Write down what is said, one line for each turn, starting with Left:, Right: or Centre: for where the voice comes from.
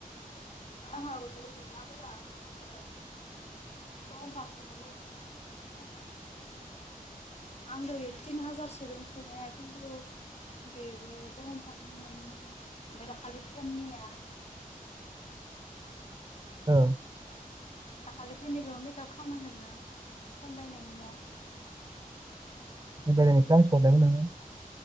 Left: <inaudible> द फामि हरनो‌ गोनांथि दङ <unintelligible> आं दहाय तिन हाजार सदों होनाया किनटु बेबो दंफांनि मानि ओमफ्राय दाखालि फेननिया
Right: औ
Left: दाखालि फेननिखौ मेकआप खालामनांगोन फेन बायनायनिया
Right: बेनिफ्राय ख्लास हरदोंमोन नोङो